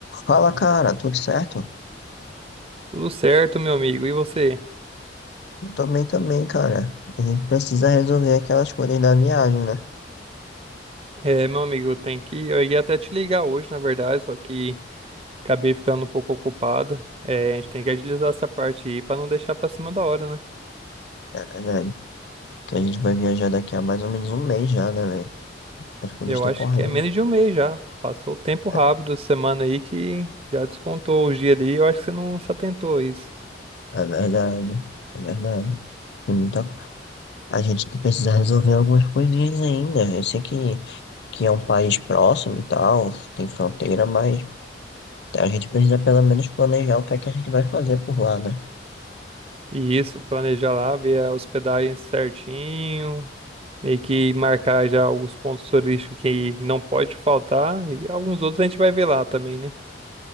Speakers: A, on the left; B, on the right.
A: Fala, cara, tudo certo?
B: Tudo certo, meu amigo. E você?
A: Eu também, também, cara. A gente precisa resolver aquelas coisas da viagem, né?
B: É, meu amigo, eu tenho que. Eu ia até te ligar hoje, na verdade, só que acabei ficando um pouco ocupado. É, a gente tem que agilizar essa parte aí pra não deixar pra cima da hora, né?
A: É verdade. Que a gente vai viajar daqui a mais ou menos um mês já, né, velho? As coisas
B: Eu
A: estão
B: acho
A: correndo.
B: que é menos de um mês já. Passou o tempo rápido
A: É
B: essa semana aí que já descontou o dia ali. Eu acho que você não se atentou a isso.
A: é verdade, é verdade. Tem muita... A gente precisa resolver algumas coisinhas ainda. Eu sei que, que é um país próximo e tal, tem fronteira, mas a gente precisa pelo menos planejar o que é que a gente vai fazer por lá, né?
B: E isso, planejar lá, ver a hospedagem certinho, meio que marcar já os pontos turísticos que não pode faltar. E alguns outros a gente vai ver lá também, né?